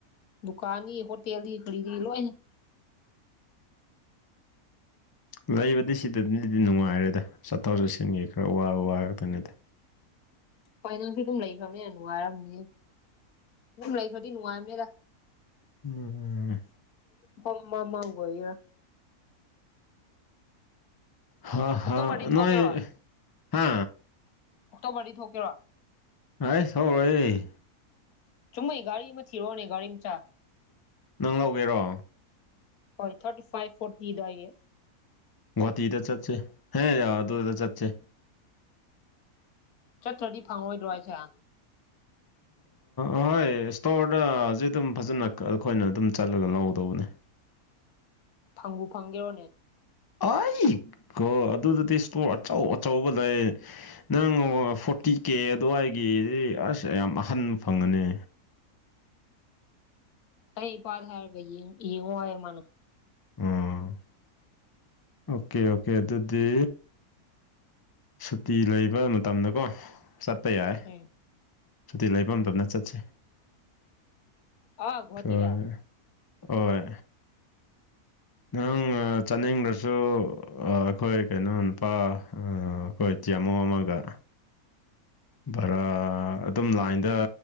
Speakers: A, on the left; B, on the left.
A: ꯗꯨꯛ <unintelligible> ꯍꯣꯇꯦꯜꯗꯤ ꯀ꯭ꯔꯤ ꯀ꯭ꯔꯤ ꯂꯣꯏꯅ
B: <inaudible> ꯂꯩꯕꯗꯤ ꯁꯤꯗꯅꯗꯤ ꯅꯨꯡꯉꯥꯏꯔꯦꯗ ꯆꯠꯊꯣꯛ ꯆꯠꯁꯤꯟꯒꯤ ꯈꯔ ꯋꯥꯕ ꯋꯥ ꯈꯛꯇꯅꯤꯗ
A: ꯍꯣꯌ ꯅꯪꯁꯦ ꯑꯗꯨꯝ ꯂꯩꯈ꯭ꯔꯕꯅꯤꯅ ꯅꯨꯡꯉꯥꯏꯔꯝꯅꯤ ꯑꯗꯨꯝ ꯂꯩꯈ꯭ꯔꯗꯤ ꯅꯨꯡꯉꯥꯏꯕꯅꯦꯗ
B: ꯎꯝ ꯎꯝ
A: <unintelligible>
B: ꯍ ꯍ
A: ꯑꯣꯛꯇꯣꯕꯔꯗꯤ
B: ꯅꯣꯏ
A: ꯊꯣꯛꯀꯦꯔꯣ
B: ꯍꯥ
A: ꯑꯣꯛꯇꯣꯕꯔꯗꯤ ꯊꯣꯛꯀꯦꯔꯣ
B: ꯍꯥꯏ <unintelligible>
A: ꯆꯨꯝꯃꯩ ꯒꯥꯔꯤ ꯑꯃ ꯊꯤꯔꯣꯅꯦ ꯒꯥꯔꯤ ꯃꯆꯥ
B: ꯅꯪ ꯂꯧꯒꯦꯔꯣ
A: ꯍꯣꯏ ꯊꯥꯔꯇꯤ ꯐꯥꯏꯚ ꯐꯣꯔꯇꯤ ꯑꯗꯨꯋꯥꯏꯒꯤ
B: ꯒꯨꯋꯥꯍꯥꯇꯤꯗ ꯆꯠꯁꯦ ꯍꯦ ꯌꯥ ꯑꯗꯨꯗ ꯆꯠꯁꯦ
A: ꯆꯠꯇ꯭ꯔꯗꯤ ꯐꯪꯉꯣꯏꯗ꯭ꯔꯣ ꯍꯥꯏꯁꯦ
B: ꯑ ꯍꯣꯏ ꯏꯁꯇꯣꯔꯗ ꯍꯧꯖꯤꯛ ꯑꯗꯨꯝ ꯐꯖꯅ ꯑꯩꯈꯣꯏꯅ ꯑꯗꯨꯝ ꯆꯠꯂꯒ ꯂꯧꯗꯧꯕꯅꯦ
A: ꯐꯪꯕꯨ ꯐꯪꯒꯦꯔꯣꯅꯦ
B: ꯑꯩ ꯀꯣ ꯑꯗꯨꯗꯗꯤ ꯏꯁꯇꯣꯔ ꯑꯆꯧ ꯑꯆꯧꯕ ꯂꯩ ꯅꯪ ꯐꯣꯔꯇꯤ ꯀꯦ ꯑꯗꯨꯋꯥꯏꯒꯤꯗꯤ ꯑꯁ ꯌꯥꯝ ꯑꯍꯟꯕ ꯐꯪꯉꯅꯤ
A: ꯑꯩ ꯏꯄꯥꯗꯥ ꯍꯥꯏꯔꯒꯥ ꯌꯦꯡꯉꯣ ꯍꯥꯏꯌꯦ ꯃꯅꯥ
B: ꯎꯝ ꯑꯣꯀꯦ ꯑꯣꯀꯦ ꯑꯗꯨꯗꯤ ꯁꯨꯇꯤ ꯂꯩꯕ ꯃꯇꯝꯗꯀꯣ ꯆꯠꯄ ꯌꯥꯏ
A: ꯎꯝ
B: ꯁꯨꯇꯤ ꯂꯩꯕ ꯃꯇꯝꯅ ꯆꯠꯁꯦ
A: ꯑꯥ ꯒꯨꯍꯥꯇꯤꯗ
B: ꯍꯣꯏꯍꯣꯏ ꯍꯣꯏ ꯅꯪꯅꯥ ꯆꯠꯅꯤꯡꯔꯁꯨ ꯑꯩꯈꯣꯏ ꯀꯩꯅꯣ ꯅꯨꯄꯥ ꯑꯩꯈꯣꯏ ꯇꯤꯃꯣ ꯑꯃꯒ ꯕꯔꯥ ꯑꯗꯨꯝ ꯂꯥꯏꯟꯗ